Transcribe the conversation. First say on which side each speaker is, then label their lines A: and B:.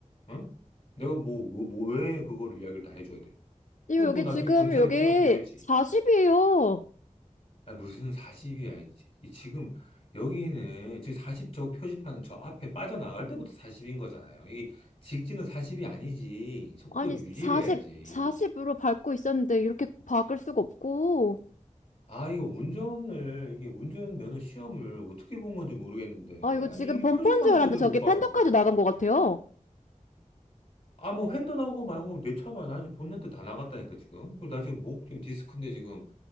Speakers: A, on the left (about 45°); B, on the left (about 70°).
A: 응? 내가 뭐, 뭐, 뭐 왜 그걸 이야기를 다 해줘야 돼?
B: 이거
A: 그럼
B: 여기
A: 뭐 나중에
B: 지금,
A: 경찰이
B: 여기
A: 필요하면 보겠지.
B: 40이에요.
A: 아, 무슨 40이야. 지금 여기는 지금 40저 표지판 저 앞에 빠져나갈 때부터 40인 거잖아요. 이게 직진은 40이 아니지. 속도를
B: 아니,
A: 유지를
B: 40,
A: 해야지.
B: 40으로 밟고 있었는데, 이렇게 박을 수가 없고,
A: 아, 이거 운전을, 이게 운전면허 시험을 어떻게 본 건지 모르겠는데.
B: 아, 이거
A: 아니,
B: 지금
A: 이
B: 범퍼인
A: 표지판도
B: 줄 알았는데,
A: 제대로
B: 저기
A: 못 봐가지고.
B: 팬더까지 나간 것 같아요.
A: 아, 뭐, 핸드 나오고 말고 내 차가 나 지금 본넷도 다 나갔다니까, 지금. 그리고 나 지금 목, 지금 디스크인데 지금.